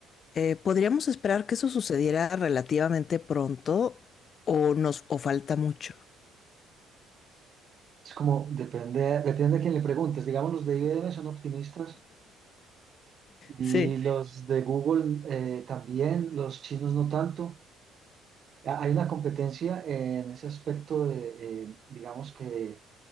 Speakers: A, on the left (about 45°); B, on the right (about 45°).
A: Eh, ¿podríamos esperar que eso sucediera relativamente pronto o nos o falta mucho?
B: Es como, depende, depende a quién le preguntes. Digamos, los de IBM son optimistas y
A: Sí.
B: los de Google eh, también, los chinos no tanto. Ha- Hay una competencia en ese aspecto de, eh, digamos que